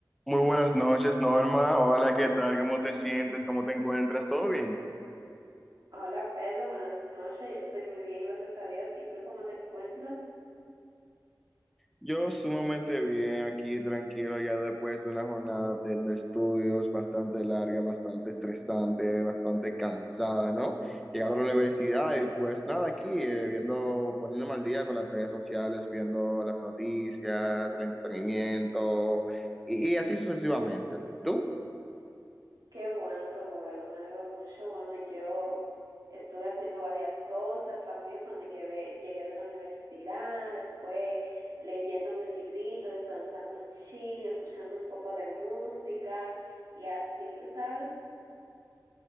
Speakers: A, in the centre; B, on the right.
A: Muy buenas noches, Norma. Hola, ¿qué tal? ¿Cómo te sientes? ¿Cómo te encuentras? ¿Todo bien?
B: Hola Pedro, buenas noches. Yo estoy muy bien, gracias a Dios. ¿Y tú cómo te encuentras?
A: Yo sumamente bien, aquí tranquilo, ya después de una jornada de, de estudios bastante larga, bastante estresante, bastante cansada, ¿no? Llegando a la universidad y pues nada, aquí eh, viendo, poniéndome al día con las redes sociales, viendo las noticias, el entretenimiento y y así sucesivamente. ¿Tú?
B: Qué bueno, qué bueno, me alegro mucho. Bueno, yo estuve haciendo varias cosas también cuando llevé- llegué de la universidad, después leyéndome un librito, descansando un chin, escuchando un poco de música y así, ¿tú sabes?